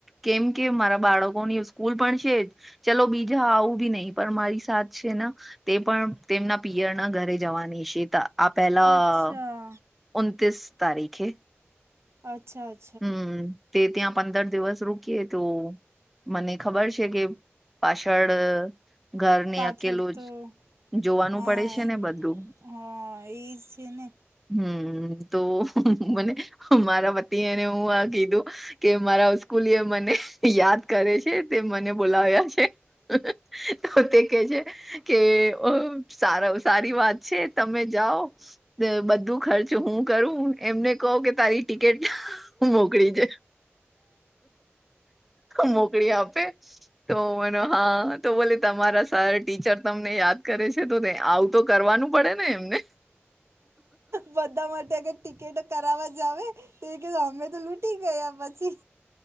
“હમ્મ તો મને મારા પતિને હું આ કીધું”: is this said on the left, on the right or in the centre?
Centre